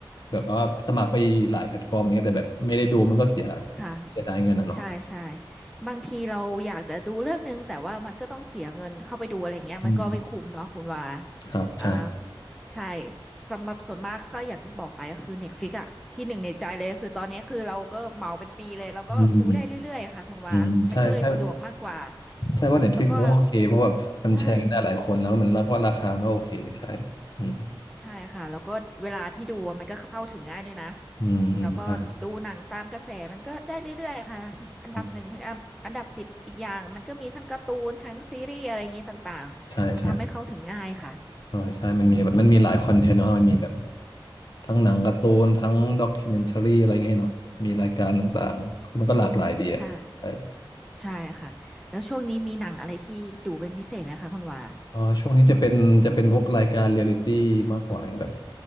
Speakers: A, on the left (about 50°); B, in the centre.
A: แบบว่าสมัครไปหลายแพลตฟอร์มอย่างเงี้ยแต่แบบไม่ได้ดูมันก็เสีย
B: ค่ะ
A: เสียดายเงินอ่ะเนาะ
B: ใช่ใช่บางทีเราอยากจะดูเรื่องนึงแต่ว่ามันก็ต้องเสียเงินเข้าไปดูอะไรเงี้ยมันก็ไม่คุ้มเนาะคุณว่า
A: อืมครับใช่
B: อ่าใช่สำหรับส่วนมากก็อย่างที่บอกไปก็คือ Netflix อะที่หนึ่งในใจเลยคือตอนนี้คือเราก็เหมาเป็นปีเลยแล้วก็ดูได้เรื่อยๆอะค่ะคุณว่ามันก็เลยสะดวกมากกว่า
A: อืมอืมใช่ใช่ ใช่ว่าเน็ตฟลิกมันก็โอเคเพราะแบบมันแชร์กันได้หลายคนแล้วมันรักว่าราคามันก็โอเคใช่
B: แล้วก็ ใช่
A: อืม
B: ใช่ค่ะแล้วก็เวลาที่ดูอะมันก็เข้าถึงง่ายด้วยนะ
A: อืมอ
B: แล้วก็ดูหนังตามกระแสมันก็ได้เรื่อยๆค่ะอันดับหนึ่งถึงอันดับอันดับสิบอีกอย่างมันก็มีทั้งการ์ตูนทั้งซีรีส์อะไรอย่างนี้ต่างๆมันทำให้เข้าถึงง่ายค่ะ
A: ืมใช่ใช่ใช่เออใช่มันมีแบบมันมีหลายคอนเทนต์เนาะมันมีแบบ
B: อืม
A: ทั้งหนังการ์ตูนทั้งด็อกิเมนทารีอะไรเงี้ยเนาะมีรายการต่างๆซึ่งมันก็หลากหลายดีอ่ะใช่
B: ใช่ใช่ค่ะแล้วช่วงนี้มีหนังอะไรที่ดูเป็นพิเศษไหมคะคุณวา
A: เออช่วงนี้จะเป็นจะเป็นพวกรายการเรียลิตี้มากกว่าอย่างแบบ